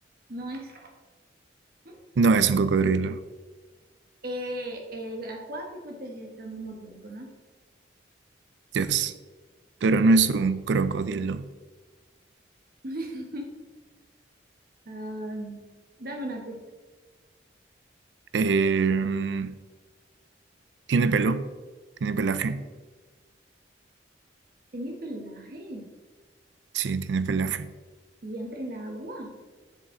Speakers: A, on the right; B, on the right.
A: No es mm,
B: No es un cocodrilo.
A: eh, eh, acuático y terrestre al mismo tiempo, ¿no?
B: Yes. Pero no es un crocodilo.
A: <laughs> Ah, dame una pista.
B: Em, tiene pelo. Tiene pelaje.
A: Tiene pelaje
B: Sí, tiene pelaje.
A: y entra en el agua.